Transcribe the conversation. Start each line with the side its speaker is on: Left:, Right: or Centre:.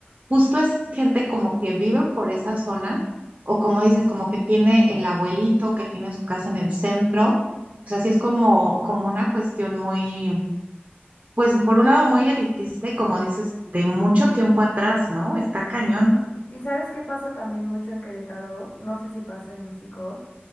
Right: Justo es gente como que vive por esa zona, o como dices, como que tiene el abuelito que tiene su casa en el centro. O sea, sí es como, como una cuestión muy, pues por un lado muy elitista y como dices, de mucho tiempo atrás, ¿no? Está cañón.
Left: Ujú. ¿Y sabes qué pasa también mucho en Querétaro? No sé si pasa en México,